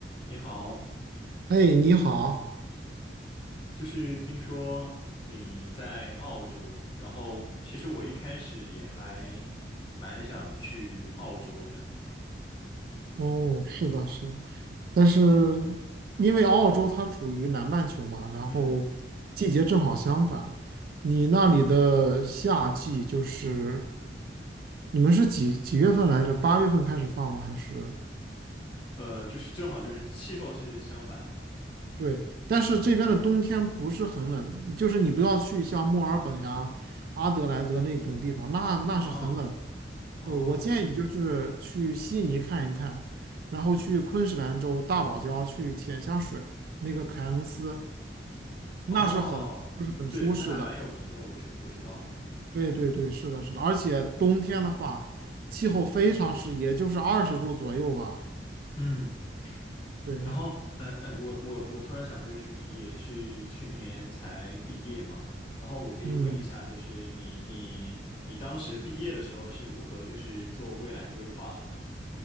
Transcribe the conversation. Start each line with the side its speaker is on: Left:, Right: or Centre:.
Left: 你好，
Right: 哎，你好，
Left: 就是听说你在澳洲，然后其实我一开始也还蛮想去澳洲的，
Right: 哦，是的，是的，但是因为澳洲它处于南半球嘛，然后季节正好相反，
Left: 嗯，
Right: 你那里的夏季就是你们是几几月份来着？八月份开始放吗？还是？
Left: 呃，就是正好就是气候是相反的嘛，
Right: 对，但是这边的冬天不是很冷，就是你不要去像墨尔本呀、阿德莱德那种地方，那那是很冷。
Left: 哦哦
Right: 呃，我建议就是去悉尼看一看，然后去昆士兰州大堡礁去潜下水，那个凯恩斯，
Left: 哦，
Right: 那是很就是很舒适的。
Left: 对，那还蛮有名的，我知我知道，
Right: 对对对，是的，是的，而且冬天的话，气候非常适宜，也就是二十度左右吧。
Left: 嗯。
Right: 对，
Left: 然后，嗯嗯，呃我我我突然想到，就是你也是去年才毕业嘛，然后我可以问一下，
Right: 嗯。
Left: 就是你你你当时毕业的时候是如何就是做未来规划的嘛？